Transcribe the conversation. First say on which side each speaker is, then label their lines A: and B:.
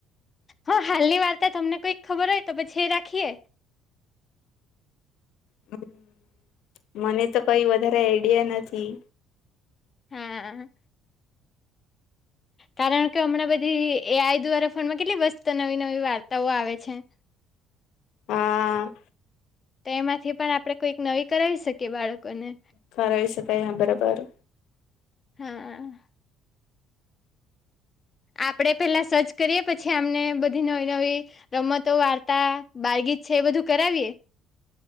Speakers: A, on the left (about 30°); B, on the left (about 70°).
A: હા હાલની વાર્તા તમને કોઈક ખબર હોય તો, પછી રાખીએ.
B: હમ મને તો કઈ વધારે આઈડિયા નથી.
A: હા કારણ કે હમણાં બધી એ આઈ દ્વારા ફોનમાં કેટલી મસ્ત નવી નવી વાર્તાઓ આવે છે.
B: હા
A: તો એમાંથી પણ આપડણે કોઈક નવી કરાવી શકીએ બાળકોને.
B: કરાવી શકાય હા બરાબર.
A: હા આપડે પહેલાં સર્ચ કરીએ, પછી આમને બધી નવી નવી રમતો વાર્તા બાળ ગીત છે, એ બધું કરાવીએ.